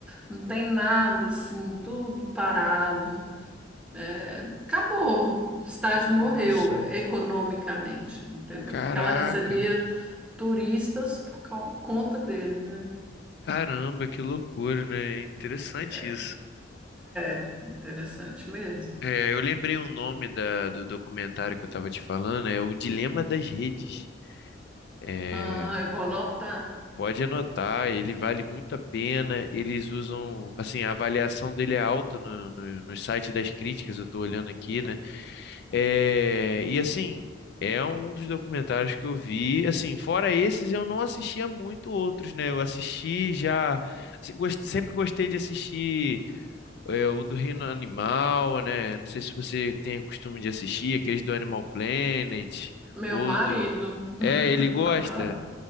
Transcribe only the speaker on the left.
Nossa.
Caraca.
Caramba, que loucura, né? Interessante
isso.
É, eu lembrei o nome da- do documentário que eu estava te falando, é O Dilema das Redes. É,
pode anotar, ele vale muito a pena. Eles usam, assim, a avaliação dele é alta no, no, no site das críticas, eu estou olhando aqui, né? É, e assim, é um dos documentários que eu vi. Assim, fora esses, eu não assistia muito outros, né? Eu assisti já. assim, gos- sempre gostei de assistir é, o do Reino Animal, né? Não sei se você tem o costume de assistir aqueles do Animal Planet
ou
do.
É, ele gosta?